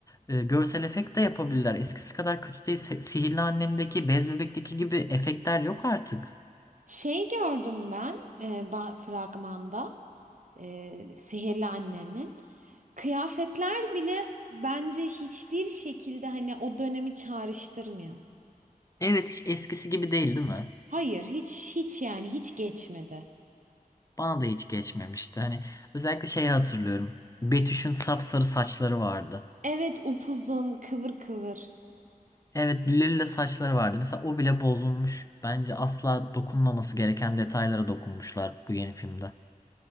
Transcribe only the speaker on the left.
E, görsel efekt de yapabilirler. Eskisi kadar kötü değil. Se- Sihirli Annem'deki, Bez Bebek'teki gibi efektler yok artık.
Evet hiç eskisi gibi değil değil mi?
Bana da hiç geçmemişti. Hani özellikle şeyi hatırlıyorum. Betüş'ün sapsarı saçları vardı.
Evet lila saçları vardı. Mesela o bile bozulmuş. Bence asla dokunmaması gereken detaylara dokunmuşlar bu yeni filmde.